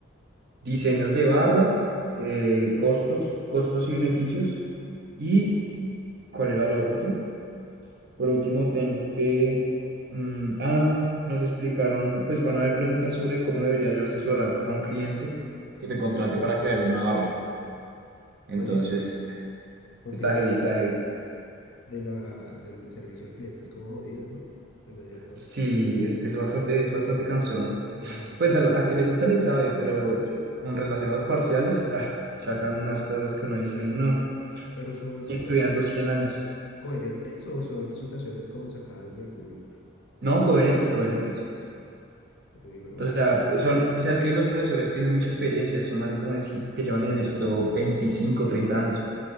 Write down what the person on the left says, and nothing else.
oye, sí, porque
eso
de
de la, del servicio al cliente es como jodido, ¿no? En medio de todo.
Mamoncito.
Pero son situaciones.
coherentes o son situaciones como sacadas del culo?
Uy, bro,